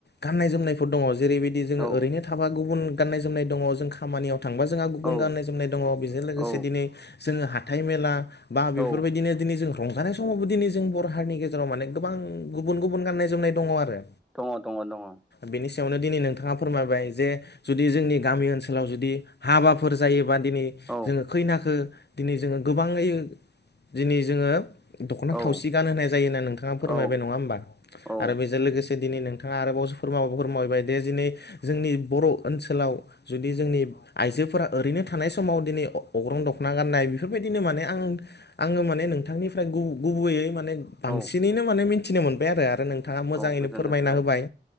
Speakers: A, on the left (about 65°); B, in the centre.
A: गाननाय जोमनाय फोर दङ जेरैबायदि जोङो
B: औ
A: ओरैनो थाबा गुबुन गाननाय जोमनाय दङ जों खामानियाव थांबा जोंहा गुबुन
B: औ
A: गाननाय जोमनाय दङ। बेजों लोगोसे
B: औ
A: दिनै जोङो हाथाइ मेला बा बेफोरबायदिनो
B: औ
A: दिनै जों रंजानाय समावबो दिनै जों बर' हारिनि गेजेराव माने गोबां गुबुन गुबुन गाननाय जोमनाय दङ आरो।
B: दङ दङ दङ दङ
A: बेनि सायावनो दिनै नोंथाङा फोरमायबाय जे जुदि जोंनि गामि ओनसोलाव जुदि हाबाफोर जायोबा दिनै
B: औ
A: जोङो खैनाखो दिनै जोङो गोबाङै दिनै जोङो दख'ना
B: औ
A: थावसि गान होनाय जायो होना नोंथाङा फोरमायबाय
B: औ
A: नङा होमबा
B: औ
A: आरो बेजों लोगोसे दिनै नोंथाङा आरोबाव फोरमा फोरमाबायबाय दे दिनै जोंनि बर' ओनसोलाव जुदि जोंनि आइजोफोरा ओरैनो थानाय समाव दिनै अग्रं दखना गाननाय बेफोरबायदिनो माने आं आङो माने नोंथांनिफ्राय गुबैयै माने बांसिनैनो
B: औ
A: मिथिनो आरो नों थाङा मोजाङैनो
B: औ गोजोननाय
A: फोरमायना
B: थाबाय
A: होबाय।